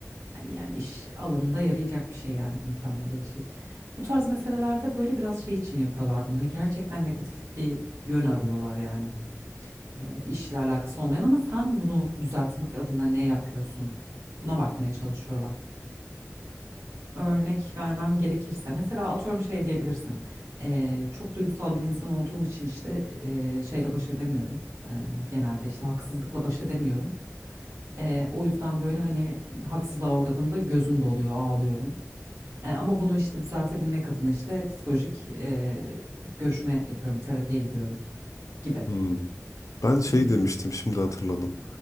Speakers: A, on the right; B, on the left.
A: Hani yani iş alanında yarayacak bir şey yani mükemmelliyetçilik. Bu tarz meselelerde böyle biraz şey için yapıyorlar bunu. Hani gerçekten negatif bir yön arıyorlar yani e, işle alakası olmayan ama sen bunu düzeltmek adına ne yapıyorsun? Buna bakmaya çalışıyorlar. Örnek vermem gerekirse mesela atıyorum şey diyebilirsin. E, çok duygusal bir insan olduğum için işte e, şeyle baş edemiyorum. E, genelde işte haksızlıkla baş edemiyorum. E, o yüzden böyle hani haksızlığa uğradığımda gözüm doluyor, ağlıyorum. E, ama bunu işte düzeltebilmek adına işte psikolojik e, görüşme yapıyorum, terapiye gidiyorum gibi.
B: Hmm. Ben şey
A: Hı hı,
B: demiştim şimdi hatırladım.